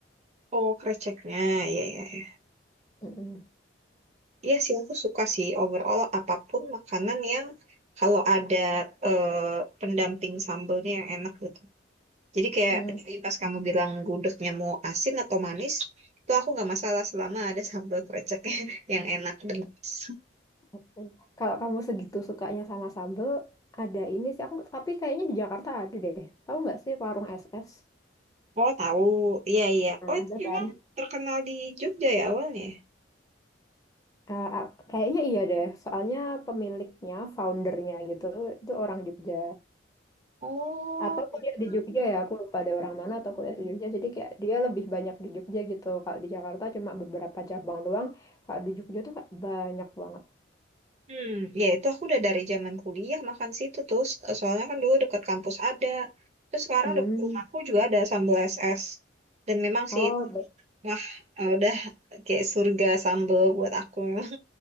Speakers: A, on the right; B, on the left.
A: Oh, kreceknya, ya ya ya.
B: Mm-mm.
A: Iya sih aku suka sih overall apapun makanan yang kalau ada eh, pendamping sambelnya yang enak gitu. Jadi kayak
B: Mm.
A: tadi pas kamu bilang gudegnya mau asin atau manis, itu aku nggak masalah selama ada sambel kreceknya <laughs> yang enak dan manis.
B: Oke. Kalau kamu segitu sukanya sama sambel, ada ini sih aku tapi kayaknya di Jakarta ada deh. Tahu nggak sih warung SS?
A: Oh, tahu. Iya iya.
B: Nah,
A: Oh, itu
B: ada
A: memang
B: kan?
A: terkenal di Jogja ya awalnya.
B: Eh, ah, kayaknya iya deh. Soalnya pemiliknya, foundernya gitu, itu orang Jogja.
A: Oh,
B: Atau
A: betul.
B: kuliah di Jogja ya, aku lupa ada orang mana atau kuliah di Jogja. Jadi kayak dia lebih banyak di Jogja gitu. Kalau di Jakarta cuma beberapa cabang doang. Kalau di Jogja tuh kayak banyak banget.
A: Hmm, ya itu aku udah dari zaman kuliah makan situ tuh. So- Soalnya kan dulu deket kampus ada. Terus sekarang
B: Hmm.
A: deket rumahku juga ada sambal SS. Dan memang
B: Oh,
A: sih itu, wah eh, udah kayak surga sambal buat aku. Memang